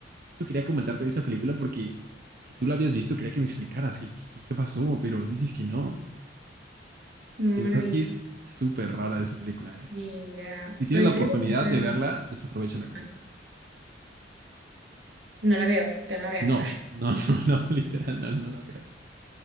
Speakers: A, on the right (about 55°); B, on the right (about 85°).
A: yo quería comentarte de esa película porque si tú la habías visto, quería que me explicaras qué, qué qué pasó, pero dices que no.
B: No
A: De verdad
B: la vi,
A: que es súper rara esa película, ¿eh?
B: ni idea.
A: Y tienes
B: Pues
A: la oportunidad
B: fíjate que ahorita-
A: de verla, desaprovechala
B: ajá,
A: completamente.
B: no la veo, que no la vea.
A: No,
B: <laughs>
A: no, <laughs> no, no, literal, no, no la veas.